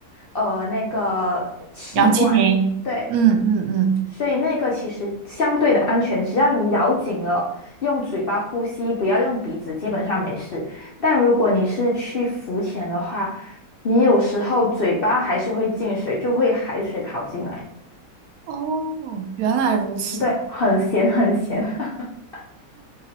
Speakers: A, on the left; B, on the right.
A: 呃那个气罐，
B: 氧气瓶。
A: 对，
B: 嗯嗯嗯，
A: 所以那个其实相对的安全，只要你咬紧了，用嘴巴呼吸，不要用鼻子，基本上没事。但如果你是去浮潜的话，你有时候嘴巴还是会进水，就会海水跑进来，
B: 哦，原来如此，
A: 对，很咸很咸。<laughs>